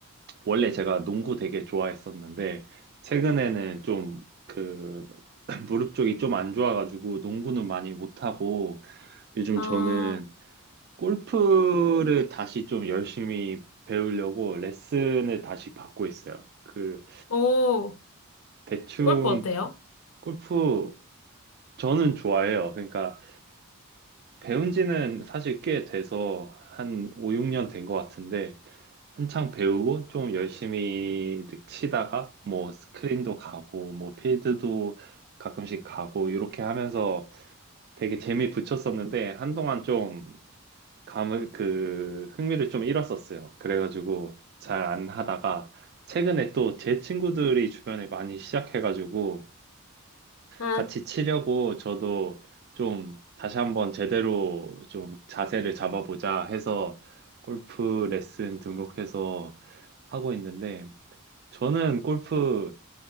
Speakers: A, on the right; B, on the left.
A: 원래 제가 농구 되게 좋아했었는데 최근에는 좀 그 <clears throat> <laughs> 무릎 쪽이 좀 안 좋아가지고 농구는 많이 못하고 요즘
B: 아,
A: 저는 골프를 다시 좀 열심히 배우려고 레슨을 다시 받고 있어요. 그
B: 오,
A: 대충
B: 골프 어때요?
A: 골프 저는 좋아해요. 그러니까 배운 지는 사실 꽤 돼서 한 5, 6년 된 것 같은데 한창 배우고 좀 열심히 치다가 뭐 스크린도 가고 뭐 필드도 가끔씩 가고 이렇게 하면서 되게 재미 붙였었는데 한동안 좀 감을 그 흥미를 좀 잃었었어요. 그래가지고 잘 안 하다가 최근에 또 제 친구들이 주변에 많이 시작해가지고
B: 음,
A: 같이 치려고 저도 좀 다시 한번 제대로 좀 자세를 잡아보자 해서 골프 레슨 등록해서 하고 있는데 저는 골프